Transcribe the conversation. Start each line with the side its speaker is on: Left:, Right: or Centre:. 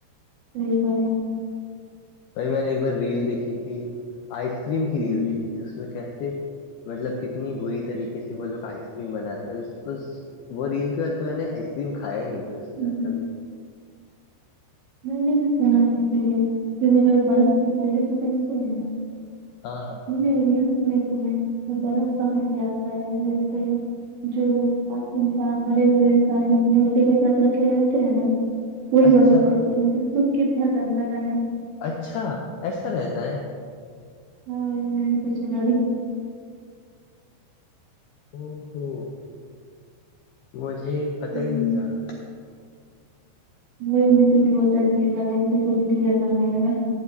Right: صی کر
Left: وہ میں نے ایک بار ریل دیکھی تھی آئس کریم کی
Right: ہوں
Left: ریل دیکھی تھی اس میں کیسے مطلب کتنی بری طریقے سے وہ لوگ آئس کریم بناتے ہیں اس وہ ریل کے بعد تو میں نے آئس کریم کھایا ہی نہیں پھر اس کے
Right: ہوں
Left: بعد کبھی
Right: میں نے بھی سناائی ت یہ کہ وہ جو برف کے پولے جو بنتے نا
Left: ہاں ہاں
Right: میں نے ریلس میں سنا وہ برف کہاں سے آتا ہے ویسے جو انسان برے ہوئے انسان مرگے کے ساتھ رکھے جاتے ہیں نا وہی
Left: اچھا
Right: برف رہس مج تم کے اتنا دندہ لگا
Left: اچھا ایسا رہتا ہے
Right: ہاں خشد
Left: ا ہو مجھے پتا
Right: ہوں،
Left: ہی مل رہا
Right: وہی مجھے بھی بہت عجیب لگا مجھے تو بھی دیاز آنے لگا